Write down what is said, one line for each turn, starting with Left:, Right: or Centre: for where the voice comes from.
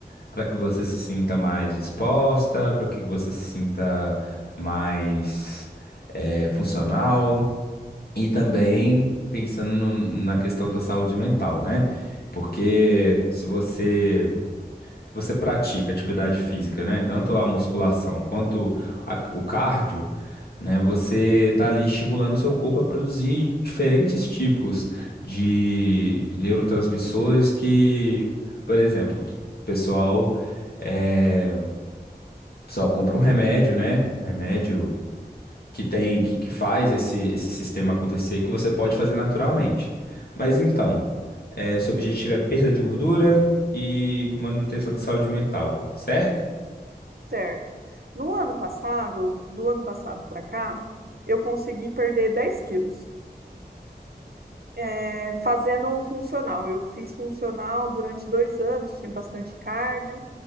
Left: para que você se sinta mais disposta, para que você se sinta mais eh, funcional, e também pensando no- na questão da saúde mental, né? Porque se você se você pratica atividade física, né? Tanto a musculação quanto a- o cardio, né? Você está ali estimulando o seu corpo a produzir diferentes tipos de neurotransmissores que, por exemplo, o pessoal, é, o pessoal compra um remédio, né? Um remédio que tem que, que faz esse, esse sistema acontecer que você pode fazer naturalmente. Mas então, é, o seu objetivo é perda de gordura e manutenção da saúde mental, certo?
Right: certo? No ano passado, do ano passado para cá, eu consegui perder dez quilos. é, fazendo funcional. Eu fiz funcional durante dois anos, tinha bastante cardio,